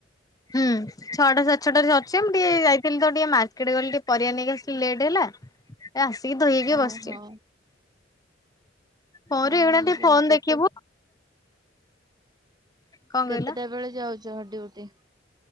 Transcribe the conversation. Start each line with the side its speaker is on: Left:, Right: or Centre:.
Left: ହୁଁ ଛଅଟା ସାଢେ ଛଅଟାରେ ସରୁଚି। ମୁଁ ଟିକେ ଯାଇ ଯାଇଥିଲି ତ ଟିକେ ମାର୍କେଟ ଗଲି। ଟିକେ ପରିବା ନେଇକି ଆସିଲି ଲେଟ୍ ହେଲା। ଏ ଆସିକି ଧୋଇ ହେଇକି
Right: ଓହୋ
Left: ବସିଛି। ପରେ
Right: ଆଉ
Left: ଏଇଗୁଡା ଟିକେ
Right: ଯୋଉ
Left: ଫୋନ
Right: କେତେ
Left: ଦେଖିବୁ। କଣ
Right: କେତେଟା
Left: କହିଲ?
Right: ବେଳେ ଯାଉଚ ଡ୍ୟୁଟି?